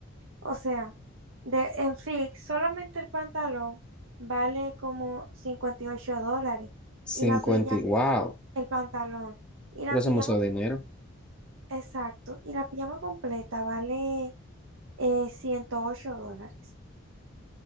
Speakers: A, on the right; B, in the centre.
A: o sea, de, en fix, solamente el pantalón vale como 58 dólares
B: cincuenta,
A: y la pijama,
B: y- wow,
A: el pantalón, y la
B: pero eso
A: pijama,
B: es mucho dinero,
A: exacto, y la pijama completa vale eh, 108 dólares.